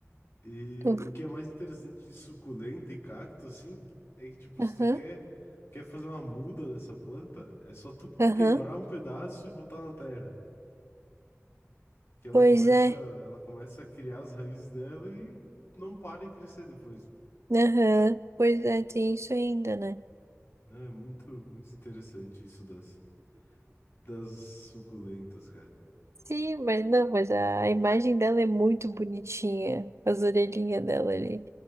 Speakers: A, on the left; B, on the right.
A: E
B: Uh,
A: o que é mais interessante de suculenta e cacto, assim, é que, tipo,
B: Aham,
A: se tu quer, quer fazer uma muda dessa planta, é só tu
B: aham.
A: quebrar um pedaço e botar na terra. que ela
B: Pois
A: começa,
B: é,
A: ela começa a criar as raízes dela e não para e crescer depois.
B: aham. Pois é, tem isso ainda, né?
A: Não, é muito, muito interessante isso das, das suculentas, cara.
B: Sim, mas não, mas a imagem dela é muito bonitinha. As orelhinhas dela ali.